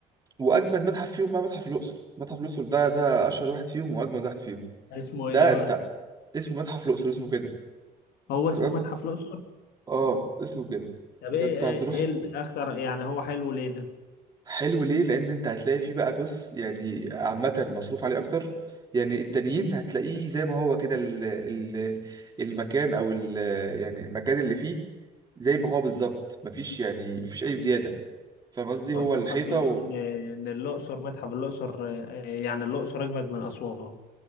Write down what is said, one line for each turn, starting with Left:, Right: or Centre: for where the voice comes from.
Right: واجمد متحف فيهم بقى متحف الاقصر متحف الاقصر ده ده اشهر واحد فيهم واجمد واحد فيهم
Left: اسمه
Right: ده
Left: ايه ده بقى
Right: انت اسمه متحف الاقصر اسمه كده
Left: هو
Right: تمام
Left: اسمه متحف الاقصر
Right: اه اسمه كده
Left: طب
Right: ده
Left: ايه
Right: انت
Left: ايه,
Right: هتروح
Left: إيه الاخطر يعني هو حلو ليه ده
Right: حلو ليه لان انت هتلاقي فيه بقى بص يعني عامه مصروف عليه اكتر يعني التانيين هتلاقيه زي ما هو كده ال ال المكان او ال يعني المكان اللي فيه زي ما هو بالظبط مفيش يعني مفيش اي زياده فاهم قصدي
Left: هو
Right: هو
Left: الصراحة
Right: الحيطه
Left: بيقولوا إن إن الأقصر متحف الأقصر آه، يعني الأقصر أجمد من أسوان